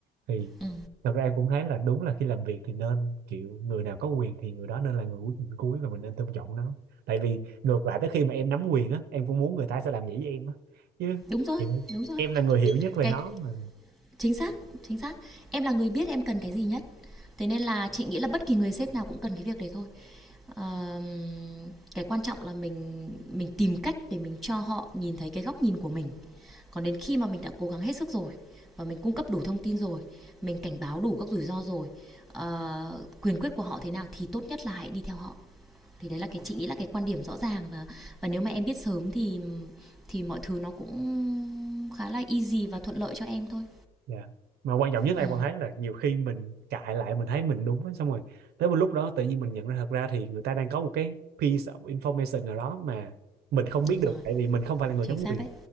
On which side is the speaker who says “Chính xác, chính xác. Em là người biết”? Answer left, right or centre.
Centre